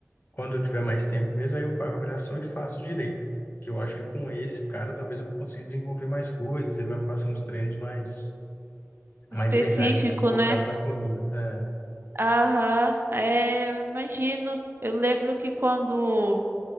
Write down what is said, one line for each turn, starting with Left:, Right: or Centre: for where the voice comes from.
Left: quando eu tiver mais tempo mesmo, aí eu pago a avaliação e faço direito. Que eu acho que com esse cara, talvez eu vou conseguir desenvolver mais coisas, ele vai me passar uns treinos mais, mais
Right: Específico,
Left: legais, assim, focado
Right: né?
Left: na corrida. É,
Right: Aham. É, eu imagino. Eu lembro que quando